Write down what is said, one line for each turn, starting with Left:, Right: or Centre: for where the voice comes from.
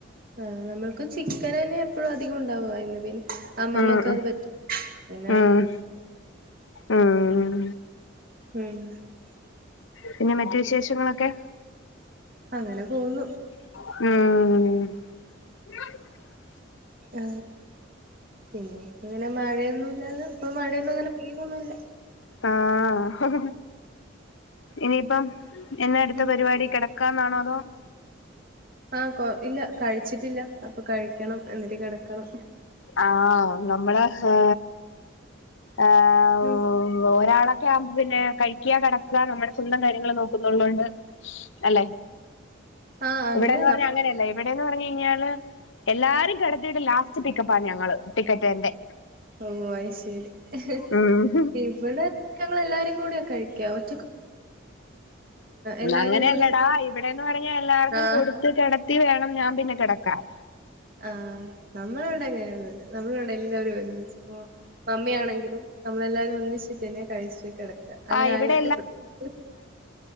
Right: ആ നമ്മുക്കും ചിക്കൻ തന്നെ എപ്പോഴും അധികം ഉണ്ടാവ ഇന്ന് പിന്നെ അമ്മമ്മക്ക്
Left: ഉം ഉം
Right: അത് പറ്റി പിന്നെ
Left: ഉം
Right: അങ്ങനെ
Left: ഉം
Right: ഉം
Left: പിന്നെ മറ്റു വിശേഷങ്ങളൊക്കെ
Right: അങ്ങനെ പോന്നു
Left: ഉം
Right: ആ പിന്നെ ഇങ്ങനെ മഴയൊന്നുംല്ലാതെ ഇപ്പ മഴയൊന്നും അങ്ങനെ പെയുന്നൊന്നുല്ല
Left: ആഹ് ഇനിയിപ്പം എന്നെ അടുത്ത
Right: ഉം
Left: പരിപാടി കിട ക്കാന്നാണോ അതോ
Right: ആഹ കൊ ഇല്ല കഴിച്ചിട്ടില്ല അപ്പൊ കഴിക്കണം എന്നിട്ട് കിടക്കണം
Left: ആഹ നമ്മള് ആ ആ ഓ
Right: ഉം
Left: ഒരാളെ ക്യാമ്പ് പിന്നെ കഴിക്ക്ക കെടക്ക്ക നമ്മുടെ സ്വന്തം കാര്യങ്ങള് നോക്കുന്നുള്ളോണ്ട് അല്ലെ
Right: ആഹ്
Left: ഇവിടെന്ന്
Right: ഇല്ല
Left: പറഞ്ഞ അങ്ങനെല്ല ഇവിടെ ങ്ങ <unintelligible> കഴിഞ്ഞാല് എല്ലാരും കെടത്തിട്ട് ലാസ്റ്റ് ടിക്കപ്പാ ഞങ്ങള്ൾ ടിക്കറ്റ് തന്റെ
Right: ഓ അയി ശരി ഹ്ഹ്
Left: ഉം
Right: ഇവിടെ ഞങ്ങൾ എല്ലാരും കൂടെ കഴിക്ക ക്യാഓൻ എല്ലാരും
Left: അങ്ങനെയല്ലടാ
Right: കൂടി
Left: ഇവിടെന്ന് പറഞ്ഞാ എല്ലാർക്കും
Right: ആഹ്
Left: കൊടുത്ത് കിട ത്തി വേണം ഞാൻ പിന്നെ കെടക്കാൻ
Right: ആ നമ്മള്ടെ അങ്ങനെയൊന്നൂല്ല നമ്മളിവ്ടെ എല്ലാരും ഒരിമിച്ചു പ്പോ മമ്മിയാണെങ്കിലും നമ്മളെല്ലാരു ഒന്നിച്ചിട്ട് തന്നെ കഴിച്ചു കിടക്ക അങ്ങനെ
Left: ആഹ് ഇവിടെ
Right: ആരും ഒറ്റപ്പെ <inaudible>